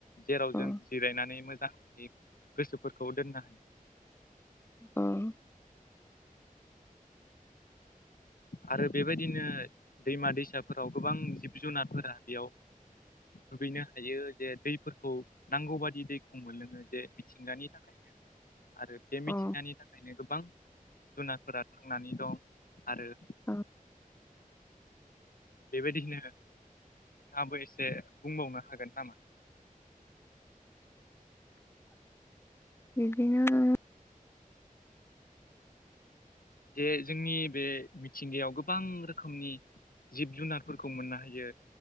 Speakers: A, on the left; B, on the left.
A: जेराव
B: अ
A: जों जिरायनानै मोजां गोसोफोरखौ दोननो हायो।
B: उम
A: आरो बेबायदिनो दैमा दैसाफोराव गोबां जिब जुनारफोरा बेयाव दुगैनो हायो जे दैफोरखौ नांगौ बादि दैखौ मोनलोङो जे मिथिंगानि थाखायनो
B: <inaudible>
A: आरो बे मिथिंगानि
B: अ
A: थाखायनो गोबां जुनारफोरा थांनानै दं आरो।
B: औ
A: बेबायदिनो नोंथाङाबो एसे बुंबावनो हागोन नामा?
B: बिदिनो
A: जे जोंनि बे मिथिंगायाव गोबां रोखोमनि जिब जुनारफोरखौ मोननो हायो